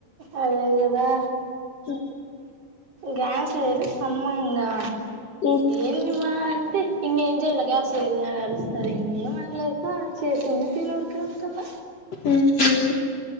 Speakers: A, on the right (about 45°); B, on the left (about 55°).
A: అదే గదా
B: ఉ
A: గ్యాస్ లేదు అమ్మ ఇంగా
B: ఈ
A: ఏమి మా అంటే ఇంగేం జెయాల గ్యాస్ లేదు అని అరుస్తారు ఇంగేమన్లేక చేసింది తినుడు ట్లుంటున్న
B: మ్మ్